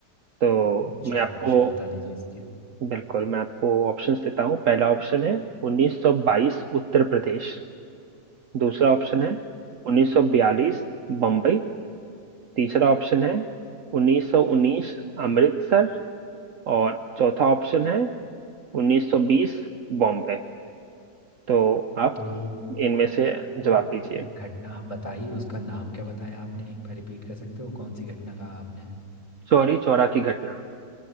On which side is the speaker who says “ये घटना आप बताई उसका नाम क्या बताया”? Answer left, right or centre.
Left